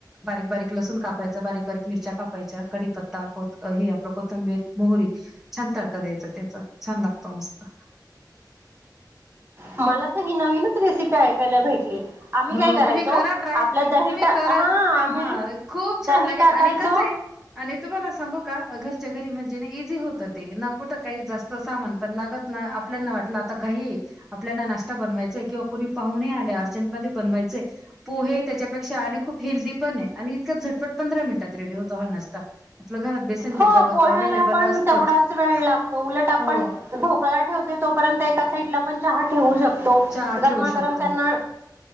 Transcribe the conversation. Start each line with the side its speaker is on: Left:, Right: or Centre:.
Centre: बारीक, बारीक लसूण कापायच, कायच बारीक बारीक, मिरच्या कापायच्या कडीपत्ता, हे आपलं कोथंबीर मोहरी छान तडका द्यायचा, त्याचा छान लागतं मस्त,
Right: मला तर ही नवीनच, रेसिपी ऐकायला भेटली, आम्ही
Centre: हो
Right: काय करायचो
Centre: तुम्ही करा ट्राय
Right: आपल्या दही
Centre: तुम्ही,
Right: टा
Centre: करा
Right: हा आम्ही
Centre: हा खूप छान
Right: दही
Centre: लागेल
Right: टाकायचो
Centre: आणि कस आहे, आणि तुम्हाला सांगू का, घरच्या घरी म्हणजे ना इझी होतं, ते न कुठं काही जास्त सामान पण लागत, आपल्याना वाटलं आता घाई, आपल्याना नाश्ता बनवायचाय, किंवा कुणी पाहु आले अर्जंटमध्ये बनवायचंय, पोहे त्याच्यापेक्षा आणि खूप हेल्दी पण आहे, आणि इतका झटपट पंधरा मिनिटात रेडी होतो हा नाश्ता, आपल्या घरात बेसन,
Right: हो
Centre: पीठ रवा
Right: पोहायला
Centre: तर अवेलेबल
Right: पण
Centre: असतंच.
Right: तेवढाच वेळ, लागतो उलट आपण
Centre: हो,
Right: ढोकळा ठेवते तोपर्यंत एका, साईड ला पण चहा ठेवू शकतो.
Centre: चहा
Right: गरमागरम
Centre: ठेवू शकतो.
Right: त्यांना,